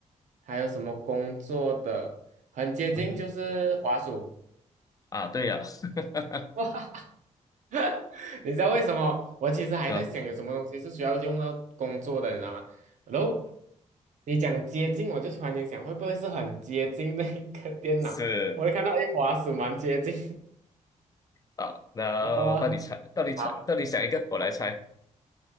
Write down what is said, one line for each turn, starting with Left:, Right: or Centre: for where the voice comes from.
Right: 还有什么工作的很接近就是滑鼠。
Left: 嗯哼，啊，对呀、<laughs>
Right: <laughs> <laughs> 你知道为什么？我其实还在想有什么东西是需要用到工作的，
Left: 啊，
Right: 你知道吗？然后你讲接近，我就突然间想，会不会是很接近那一个电脑？
Left: 是
Right: 我就看到一滑鼠蛮接近
Left: 啊，那到你猜，
Right: 的。<laughs> 哦，
Left: 到你猜，
Right: 好，
Left: 到你想一个，我来猜，